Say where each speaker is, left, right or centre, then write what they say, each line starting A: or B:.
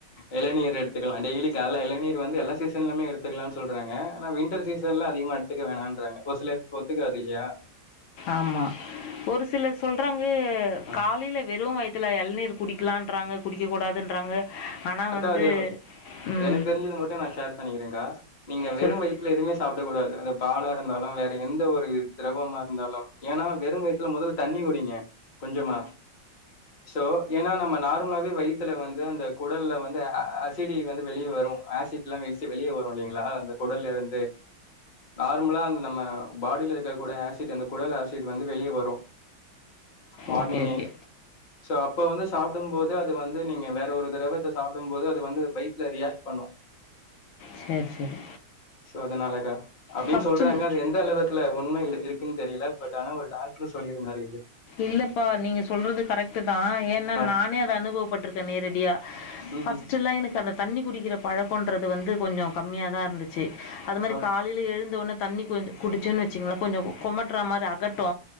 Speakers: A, on the left (about 35°); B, on the left (about 75°).
A: எளநீர் எடுத்துக்கலா டெய்லி காலில எளநீர் வந்து எல்லா சீசன்லமே எடுத்துக்கலான்னு சொல்றாங்க ஆனா வின்டர் சீசன்ல அதிகமா எடுத்துக்க வேணான்றாங்க ஒரு சிலர்க்கு ஒத்துக்காதுல்லையா
B: ஆமா ஒரு சிலர் சொல்றாங்க
A: அ.
B: காலையில வெறும் வயத்துல எளநீர் குடி க்கலான்றாங்க குடிக்க கூடாதுன்றாங்க ஆனா
A: அக்கா
B: வந்து
A: அது
B: ம்.
A: எனக்கு தெரிஞ்சது மட்டும் நா ஷேர் பண்ணிக்கிரேங்கா நீங்க
B: சொல்
A: வெறும் வயித்துல எதுமே சாப்டக்கூடாது அந்த பாலா இருந்தாலு வேற எந்த ஒரு திரவமா இருந்தாலும் ஏன்னா வெறும் வயித்துல மொதல்ல தண்ணி குடிங்க கொஞ்சமா சோ ஏன்னா நம்ம நார்மலாவே வயித்துல வந்து அந்த குடல்ல வந்து அ அசிடி வந்து வெளிய வரும் ஆசிட்ல்லாம் வெடிச்சு வெளிய வரு இல்லைங்களா அந்த குடல்ல இருந்து நார்மலா அந்த நம்ம ஃபாடியில இருக்க கூட ஆசிட் அந்த குடல் ஆசிட் வந்து வெளிய வரு மார்னிங்கே
B: ஓகே, ஓகே.
A: சோ அப் இப்ப வந்து சாப்டும் போது அது வந்து நீங்க வேற ஒரு திரவத்த சாப்டும் போது அது வந்து வயித்துல ரியாக்ட் பண்ணும்
B: சரி, சரி.
A: சோ அதனாலக்கா அப்டின்னு
B: ஃபர்ஸ்ட்டு
A: சொல்றாங்க அது எந்த அளவத்துல உண்மை இல் இருக்குன்னு தெரியல பட் ஆனா ஒரு டாக் சொல்லிருந்தாரு
B: இல்லப்பா நீங்க சொல்றது கரெக்ட்டுதா ஏனா
A: ஆ
B: நானே அத அனுபவப்பட்ருக்க நேரடியா
A: ம்
B: ஃபஸ்ட்
A: ம்
B: எல்லா எனக்கு அந்த தண்ணி குடிக்கிற பழக்கன்றது வந்து கொஞ்ச கம்மியாதா இருந்துச்சு அது மாரி
A: ஆ
B: காலைல எழுந் தோனே தண்ணி கொஞ்ச குடிச்சேனு வச்சுக்ங்ளே கொஞ்ச கொமட்ற மாரி அகட்டு